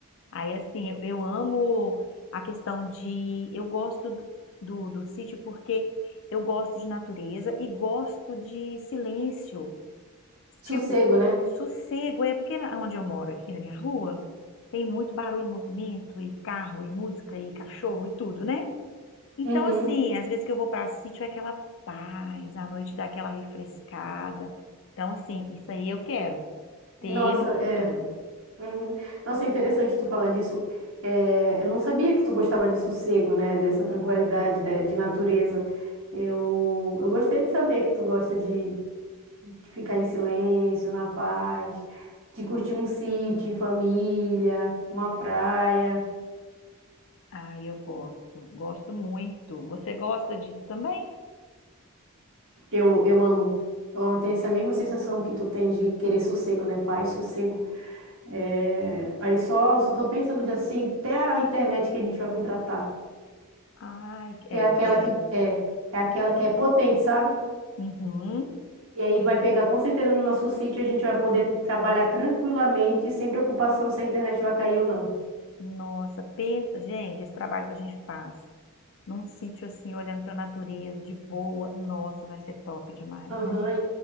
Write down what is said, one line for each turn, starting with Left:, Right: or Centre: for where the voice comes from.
Left: Aí, assim, eu, eu amo a questão de. Eu gosto do, do, do sítio porque eu gosto de natureza e gosto de silêncio.
Right: Sossego,
Left: Tipo,
Right: né?
Left: sossego. É porque na- onde eu moro, aqui na minha rua, tem muito barulho, movimento, e carro, e música, e cachorro, e tudo, né? Então,
Right: Uhum.
Left: assim, às vezes que eu vou para sítio é aquela paz, à noite dá aquela refrescada. Então, assim, isso aí eu quero ter
Right: Nossa,
Left: no
Right: é.
Left: futuro.
Right: Uhum. Nossa, é interessante tu falar disso. É, eu não sabia que tu gostava de sossego, né? Dessa tranquilidade, de, de natureza. Eu, eu gostei de saber que tu gosta de, de ficar em silêncio, na paz, de curtir um sítio em família, uma praia.
Left: Ah, eu gosto, gosto muito. Você gosta disso também?
Right: Eu, eu amo. Então, Eu amo ter essa mesma sensação que tu tem de querer sossego, né? Paz, sossego. É, Aí só, só tô pensando já assim, até a internet que a gente vai contratar,
Left: Ai,
Right: que
Left: é,
Right: é aquela
Left: porque.
Right: que é, é aquela que é potente, sabe?
Left: Uhum.
Right: E aí vai pegar com certeza no nosso sítio, a gente vai poder trabalhar tranquilamente, sem preocupação se a internet vai cair ou não.
Left: Nossa, pensa, gente, esse trabalho que a gente faz num sítio assim, olhando para a natureza, de boa, nossa, vai ser top demais,
Right: Aham,
Left: né?